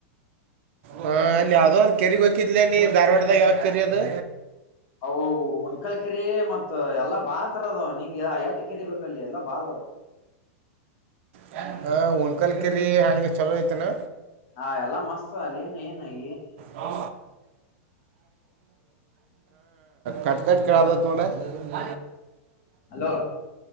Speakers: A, on the right; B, on the left.
A: ಹಾ ಅಲ್ಲಿ ಯಾವ್ದೋ ಒಂದು ಕೆರೆಗ್ ಹಕಿದ್ಲ ನೀ ಧಾರವಾಡದಾಗ ಯಾವ್ದ ಕೆರಿ ಅದು
B: ಅವು ಉನ್ಕಲ್ ಕೆರಿ ಮತ್ ಎಲ್ಲಾ ಬಾಳ್ತರದ್ ನಿಂಗ ತ್ತ ಕೆರಿ ಬೇಕಲ್ಲಿ ಎಲ್ಲಾ ಬಾಳವ್
A: ಹ ಹಣಕಲ್ ಕೆರಿ ಹಂಗ ಚಲೋ ಐತನಾ
B: ಹಾ ಎಲ್ಲಾ ಮಸ್ತ್ ಅಲ್ಲ ಏನ್ ಏನ ಈ
A: ಹಾ ಕಟ್ ಕಟ್ ಕೇಳದತ್ ನೋಡ ಭ
B: ಹಲೋ